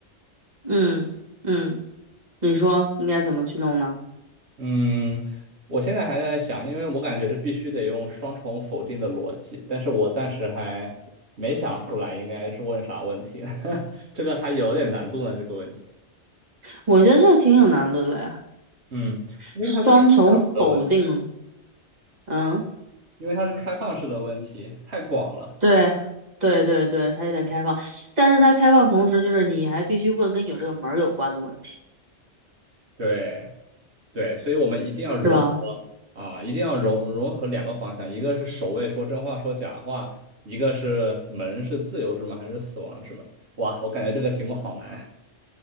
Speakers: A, on the right (about 35°); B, on the right (about 70°).
A: 嗯嗯，你说应该怎么去弄呢？
B: 嗯，我现在还在想，因为我感觉是必须得用双重否定的逻辑，但是我暂时还没想出来应该是问啥问题，<laughs> 这个还有点难度呢，这个问题。
A: 我觉得这个挺有难度的嘞，
B: 嗯，因为它是开放式的问题，
A: 双重否定。嗯，
B: 因为它是开放式的问题，太广了。
A: 对对对对，它有点开放，但是它开放同时就是你还必须问跟有这个门儿有关的问题，
B: 对对，所以我们一定要融合啊，
A: 是吧？
B: 一定要融融合两个方向，一个是守卫说真话说假话，一个是门是自由之门还是死亡之门。哇，我感觉这个题目好难。